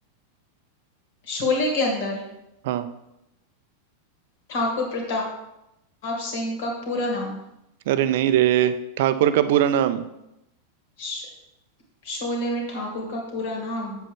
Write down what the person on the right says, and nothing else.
हाँ
अरे नहीं रे ठाकुर का पूरा नाम